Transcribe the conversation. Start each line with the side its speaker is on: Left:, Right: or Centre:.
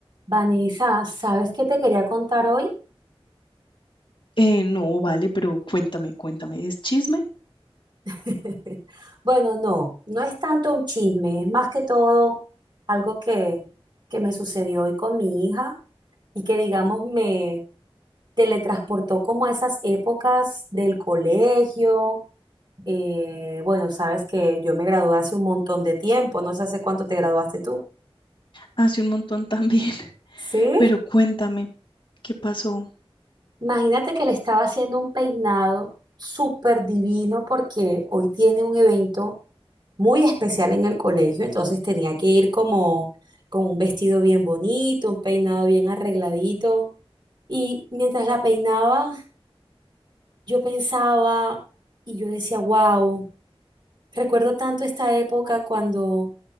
Right: Vanessa, ¿sabes qué te quería contar hoy?
Left: Eh, no, vale, pero cuéntame, cuéntame. Es chisme
Right: <laughs> Bueno, no, no es tanto un chisme, es más que todo algo que, que me sucedió hoy con mi hija y que, digamos, me teletransportó como a esas épocas del colegio. Eh, bueno, sabes que yo me gradué hace un montón de tiempo, no sé hace cuánto te graduaste tú.
Left: hace un montón también,
Right: ¿Sí?
Left: <laughs> pero cuéntame, ¿qué pasó?
Right: Imagínate que le estaba haciendo un peinado súper divino porque hoy tiene un evento muy especial en el colegio, entonces tenía que ir como con un vestido bien bonito, un peinado bien arregladito. Y mientras la peinaba, yo pensaba y yo decía, wow, recuerdo tanto esta época cuando